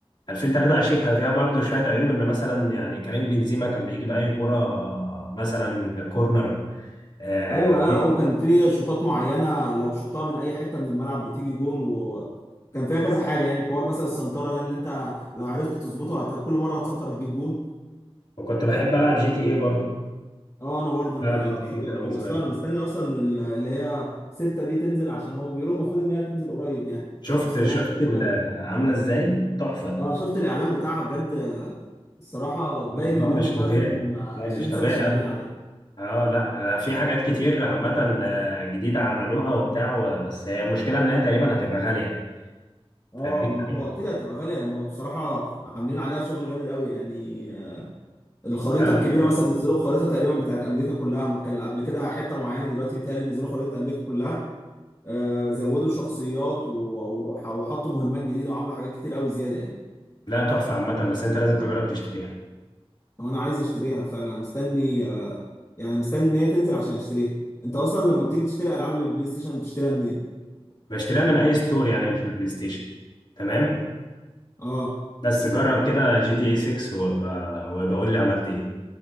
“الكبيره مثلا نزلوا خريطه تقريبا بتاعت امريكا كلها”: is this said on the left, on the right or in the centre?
Left